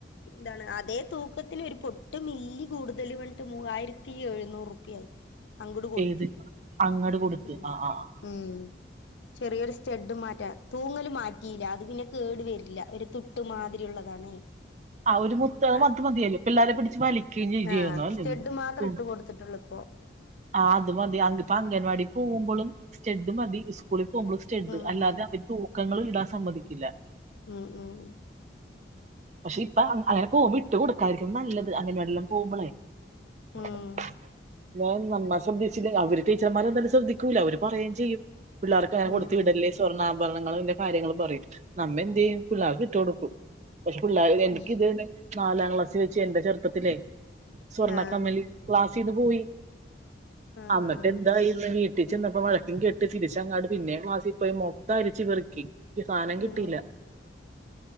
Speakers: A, on the left; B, on the right.
A: എന്താണ് അതെ തൂക്കത്തിന് ഒരു പൊട്ട് മില്ലി കൂടുതൽ മൂവായിരത്തി എഴുന്നൂറ് രൂപ്യആയി അങ്ങട് കൊടുത്തു
B: ഏത് അങ്ങട് കൊടുത്ത്
A: ഉം
B: ആ ആ ആ
A: ഉം ചെറിയൊരു സ്റ്റെഡ് മാറ്റാൻ തൂങ്ങ മാറ്റിയില്ല അത് പിന്നെ കേടു വരില്ല ഒരു തു ട്ട് മാതിരി ഉള്ളതാണേ
B: ആ ഒരു മുത്ത്
A: അത്
B: മത് മതിയല്ലോ പിള്ളേരെ പിടിച്ച് വലിക്കുകയും ചെയ്- ചെയ്യുന്നു
A: ആഹ
B: അല്ലേ
A: സ്റ്റെഡ് മാത്രം
B: ഉം.
A: ഇട്ട് കൊടുത്തിട്ടുള്ളൂ ഇപ്പൊ
B: ആ അത്‌ മതി അവൻ പ്പോ അംഗനവാടി പോകുമ്പോയും സ്റ്റഡ് മതി സ്കൂളിൽ സ്റ്റഡ്
A: ഉം
B: അല്ലാതെ അവർ തൂക്കങ്ങൾ ഇടാൻ സമ്മതിക്കില്ല
A: ഉം ഉം ഉ
B: പക്ഷെ ഇപ്പൊ അങ്ങനെ പോകുമ്പോ ഇട്ട് കൊടുക്കായിരിക്കുന്നതാണ് നല്ലത് അംഗണനവാ ടി കൾ പോകുമ്പോളേ <unintelligible>
A: ഉം
B: നമ്മൾ ശ്രദ്ധിച്ചില്ല അവര് ടീച്ചർമാരെ എന്തായാലും ശ്രദ്ധിക്കൂല്ല അവര് പറയുകയും ചെയ്യും പിള്ളേർക്കും അങ്ങന
A: ഉം
B: കൊടുത്തു
A: ഉം
B: വിടല്ലേ സ്വർണ ഭരണം ന്റെ കാര്യങ്ങൾ പറയും നമ്മ എന്ത് ചെയ്യും പിള്ളേർക്ക് ഇട്ട കൊടുക്കും പക്ഷെ പിള്ളേർ എനക്ക്
A: ഉം
B: ഇത് തന്നെ നാലാം ക്ലാസ്ൽ വെച്ച എന്റെ ചെറുപ്പത്തിലേ സ്വർണ്ണ
A: ആഹ്
B: കമ്മലി ക്ലാസ്ന്ന് പോയി
A: ആഹ്
B: അന്നട്ട്
A: ആഹ്
B: എന്തായി ന്ന് വീട് വീട്ടീ ചെന്നപ്പോ വഴക്കും കേട്ട് തിരിച്ചങ്ങാട്ട് പിന്നെ യും ക്ലാസ്സിൽ കേറി മൊത്തം അരിച്ചു പെറുക്കി സാധനം
A: ഉം
B: കിട്ടില്ല